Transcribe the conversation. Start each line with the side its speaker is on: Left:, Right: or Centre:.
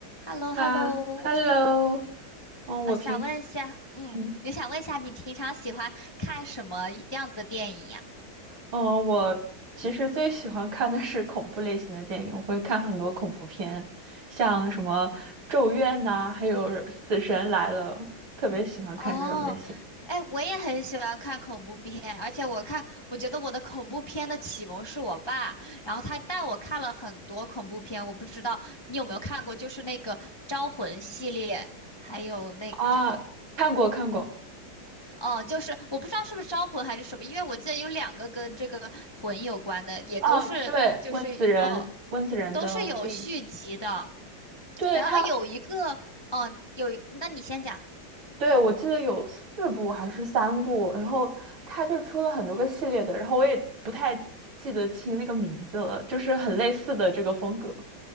Left: h e l l o
Right: 啊，Hello，
Left: h e l l o 我
Right: 嗯，我平，
Left: 我想问一下，嗯，
Right: 嗯，
Left: 我想问一下，你平常喜欢看什么样的电影呀？
Right: 嗯，我其实最喜欢看的是恐怖类型的电影，我会看很多恐怖片，像什么《咒怨》呐，还有《死神来了》，特别喜欢看这种类型。
Left: 哦，哎，我也很喜欢看恐怖片，而且我看，我觉得我的恐怖片的启蒙是我爸，然后他带我看了很多恐怖片，我不知道你有没有看过，就是那个《招魂》系列，还有那个。
Right: 啊，看过看过，
Left: 哦，就是我不知道是不是招魂还是什么，因为我记得有两个跟这个魂有关的，也都是就是哦，
Right: 啊，对，温子仁，温子仁的电影，
Left: 都是有续集的。
Right: 对他。
Left: 然后有一个，嗯、有一那你先讲。
Right: 对，我记得有四部还是三部，然后它就出了很多个系列的，然后我也不太记得清那个名字了，就是很类似的这个风格。